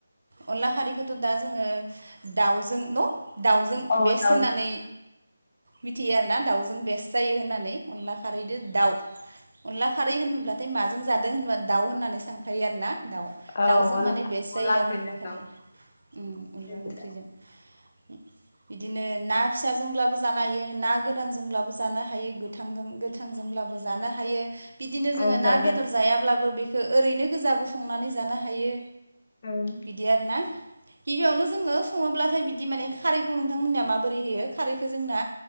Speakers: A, on the right; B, on the left.
A: अनला खारैखौथ' दा जोङो दाउजों न दाउजों
B: औ
A: बेस
B: दाउजों
A: होनानै मिथियो आरोना दाउजों बेस्ट जायो होननानै अनला खारै दो दाउ। अनला खारै होनब्लाथाय माजों जादों होनबा दाउ होननानै सानखायो आरोना। दाउ
B: औ
A: दाउजों
B: अनला
A: माने बेस्ट जायो
B: ओंख्रिजों
A: आरो अनला खारैया।
B: दाउ
A: उम अनला
B: बेनोथ'
A: ओंख्रिजों उम। बिदिनो ना फिसाजोंब्लाबो जानो हायो ना गोरानजोंब्लाबो जानो हायो गोथांदों गोथांजोंब्ला बाबो जानो हायो। बिदिनो जोङो
B: औ जाजायो
A: ना बेदर जायाब्लाबो बेखो ओरैनो गोजाबो संनानै जानो हायो।
B: औ
A: बिदि आरोना गिबियावनो जोंङो सङोब्लाथाय बिदि माने खारैखौ नोंथांमोननिया माबोरै होयो खारैखो जोंना